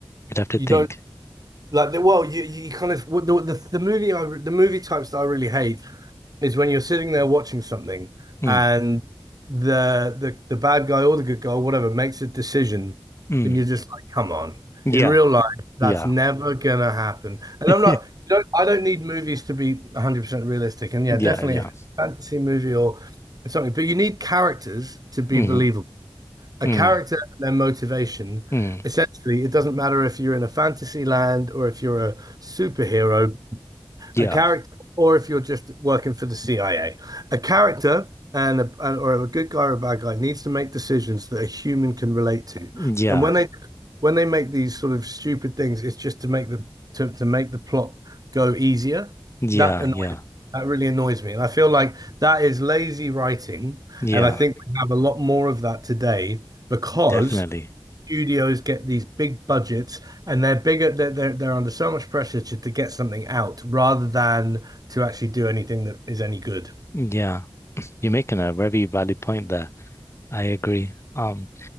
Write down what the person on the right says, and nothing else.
you
don't like the well you you kind of what the the, the movie I re- the movie types that I really hate is when you're sitting there watching something
and the the the bad guy or the good guy, or whatever, makes a decision
and you're just like, come on.
In real life, that's
never gonna happen. And
I'm not, you don't, I don't need movies to be 100% realistic. And yeah,
definitely
if it's a fantasy movie or something, but you need characters to be
believable. A
character and their motivation,
essentially, it doesn't matter if you're in a fantasy land or if you're a superhero,
a character, or if you're just working for the CIA, a a character and a, and- or a good guy or a bad guy needs to make decisions that a human can relate to.
And when they when they make these sort of stupid things, it's just to make the to, to make the plot go easier.
That annoys
that really annoys me. And I feel like that is lazy writing.
And I think we have a lot more of that today because
studios get these big budgets and they're bigger they're, they're, they're under so much pressure to, to get something out rather than to actually do anything that is any good